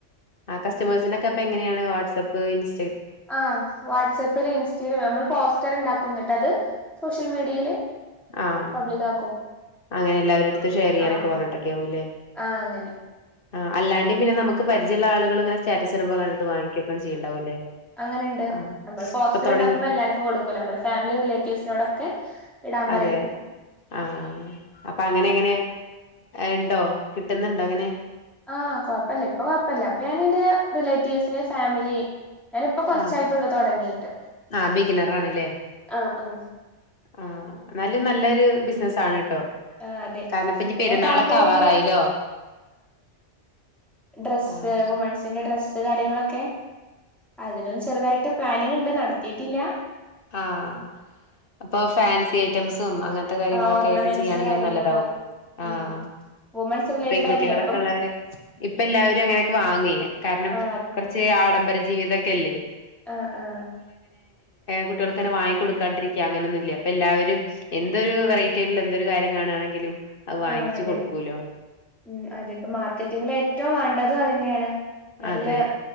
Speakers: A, on the left (about 50°); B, in the centre.
A: ആ കസ്റ്റമേഴ്നൊക്കെ എങ്ങനെയാണ് വാട്സആപ്പ് ഇൻറ്റ
B: ആ വാട്സാപ്പില് ഇൻസ്റ്റിലും നമ്മള് പോസ്റ്റർ ഉണ്ടാക്കന്നിട്ട് അത് സോഷ്യൽ മീഡിയയില്
A: ആഹ
B: പബ്ലിക് ആക്കും
A: അങ്ങനെ എല്ലാവരു അടുത്തും ഷെയർ ചെയ്യാനൊക്കെ
B: ആഹ്
A: പറഞ്ഞിട്ടൊക്കെ ആാവൂല്ലേ
B: ആഹ് അങ്ങനെ
A: ആ് അല്ലാണ്ടേ പിന്നെ നമുക്ക് പരിചയുള്ള ആളുകൾ ഇങ്ങനെ സ്റ്റാറ്റസ് ഇരുമ്പോ കണ്ടിട്ട് വാങ്ങിക്കുവോക്കെ ചെയ്യണ്ടാവൂല്ലേ
B: അങ്ങനെയുണ്ട്
A: ആ
B: നമ്മൾ പോസ്റ്റർ
A: ഇപ്പൊ തുടങ്ങി
B: ഉണ്ടാക്കുമ്പോ എല്ലാവർക്കും കൊടുക്കൂ നമ്മൾ ഫാമിലി റിലേറ്റീവ്സിനോടൊക്കെ ഇടാൻ പറയും
A: അതെ ആഹ അപ്പൊ അങ്ങനെ എങ്ങനെ ഇണ്ടോ കിട്ടുന്നുണ്ട് അങ്ങനെ
B: ആഹ കൊഴപ്പില്ല ഇപ്പൊ കൊഴപ്പില്ല അപ്പൊ ഞാന എന്റെ റിലേറ്റീവ്സിന് ഫാമിലി ഞാനിപ്പോകൊറച്ചായിട്ടുള്ള
A: ആഹ്
B: തുടങ്ങീട്ട്
A: ആ ബിഗിനർ ആണല്ലേ
B: ആഹ ആ
A: ആ നല്ല നല്ലൊരു ബിസിനസ ആണ് കേട്ടോ
B: ആഹ് അതെ
A: കാരണം ഇപ്പ ഇനി
B: പിന്നെ
A: പെരുന്നാളൊക്കെ
B: താല്പര്യണ്ട്
A: ആവാറായില്ലോ
B: ഡ്രസ്
A: ആ
B: വുമൺസിന്റെ ഡ്രസ്സ് സ്സ്കാര്യങ്ങളൊക്കെ അതിനും ചെറുതായിട്ട് പ്ലാനിങ് ഉണ്ട് നടത്തിട്ടില്ല
A: ആഹ അപ്പൊ ഫാൻസി ഐറ്റംസും അങ്ങനത്തെ കാര്യങ്ങളൊക്കെ
B: ആ ഓർണമെന്റ്സ്
A: ആയിട്ട് ചെയ്യുകയാണെങ്കും
B: കാര്യങ്ങള്
A: നല്ലതാവും ആഹ
B: ഉം വുമൺസ് റിലേറ്റഡ്
A: പെൺകുട്ടികളൊക്കെ
B: ആയിട്ടില്ല ഇപ്പം
A: ഉള്ളവരൊക്കെ ഇപ്പൊ എല്ലാവരും അങ്ങനെയൊക്കെ വാങ്ങുക കാരണം
B: ആ
A: കുറച്ച് ആഡംബര ജീവിതൊക്കെല്ലേ
B: ആഹ ആഹ
A: കുട്ടികൾക്കന്നെ വാങ്ങി കൊടുക്കാണ്ടരിക്ക അങ്ങനൊന്നല്ല പ്പ എല്ലാവരുംഎന്തൊരു വെറൈറ്റി ആട്ടുള്ള എന്തൊരു കാര്യം കാണാണെങ്കിലും അത് വാങ്ങിച്ചു
B: ആ അതെ
A: കൊടുക്കൂല്ലോ
B: ഉം അതെപ്പോ മാർക്കറ്റിങ്ങിൽ ഏറ്റവും വേണ്ടതും അതന്നെയാണ് നല്ല
A: അതെ